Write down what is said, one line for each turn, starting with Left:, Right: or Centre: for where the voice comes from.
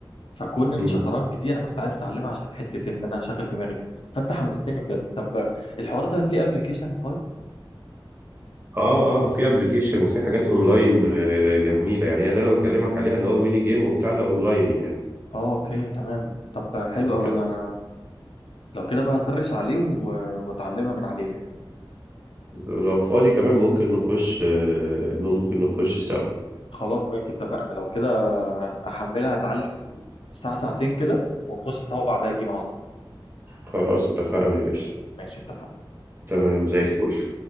Left: فكون الشطرنج
Right: مم.
Left: دي انا كنت عايز اتعلمها عشان حته ان انا اشغل دماغي دي فانت حمستني بجد طب الحوار ده ليه ابلكيشن طيب
Right: اه اه في ابلكيشن وفي حاجات اونلاين آه، جميلة يعني هي اللي انا بكلمك عليها اللي هو ميني جيم وبتاع ده اونلاين يعني
Left: اه اوكي تمام طب حلو
Right: انت
Left: قوي انا لو كده بقى هسرش عليه و... واتعلمها من عليه يعني
Right: لو فاضي كمان ممكن نخش آه، ممكن نخش سوا
Left: خلاص ماشي اتفقنا لو كده احملها اتعلم ساعه ساعتين كده ونخش سوا بعدها جيم على طول
Right: خلاص اتفقنا يا باشا
Left: ماشي اتفقنا
Right: تمام زي الفل